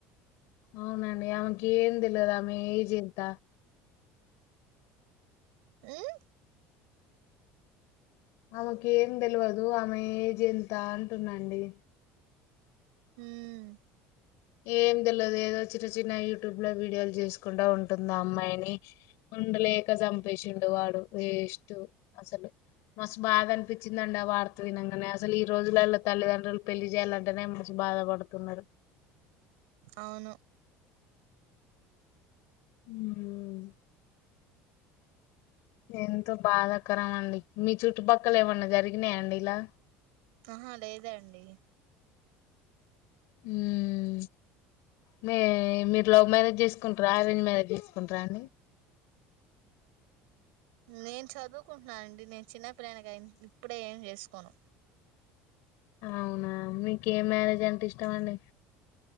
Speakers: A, on the left; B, on the right.
A: అవునండి ఆమెకి ఏం తెల్వదు ఆమె ఏజెంత
B: హ్మ్
A: ఆమెకి ఏం తెల్వదు ఆమె ఏజ్ ఎంత అంటున్నాండి
B: హ్మ్
A: ఏం తెల్వదు ఏదో చిన్న చిన్న యూట్యూబ్ లో వీడియోలు చేసుకుంటా ఉంటుందా అమ్మాయిని ఉండలేక చంపేసిండు. వాడు వేస్ట్టు అసలు మస్త్ బాధ అనిపించిందండి. ఆ వార్త వినంగానే అసలు ఈ రోజులలో తల్లిదండ్రులు పెళ్లి చేయాలంటేనే మనసు బాధ పడుతున్నరు.
B: అవును
A: హ్మ్ ఎంతో బాధాకరం అండి మీ చుట్టుపక్కల ఏమన్నా జరిగినాయండి ఇలా
B: ఆహా లేదండి
A: హ్మ్ మీ మీరు లవ్ మ్యారేజ్ చేసుకుంటర అరేంజ్ మ్యారేజ్ చేసుకుంటరా అండి.
B: నేను చదువుకుంటున్నానండి నేను చిన్నపిల్లని గా ఇప్పుడే ఏం చేసుకోను.
A: అవునా మీకు ఏం మ్యారేజ్ అంటే ఇష్టమండి.